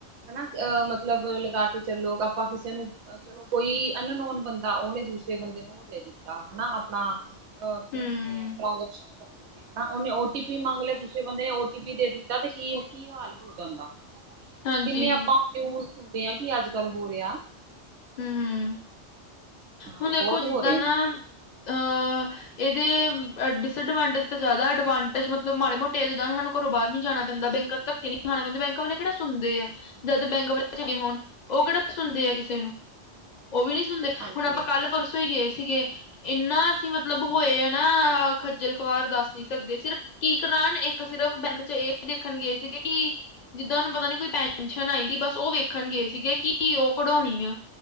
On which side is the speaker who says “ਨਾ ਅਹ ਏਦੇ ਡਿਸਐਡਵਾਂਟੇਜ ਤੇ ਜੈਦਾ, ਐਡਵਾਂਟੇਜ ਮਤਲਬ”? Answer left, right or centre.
Left